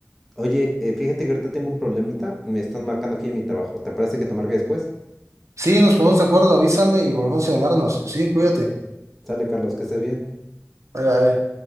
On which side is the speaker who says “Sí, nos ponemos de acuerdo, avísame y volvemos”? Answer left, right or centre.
Right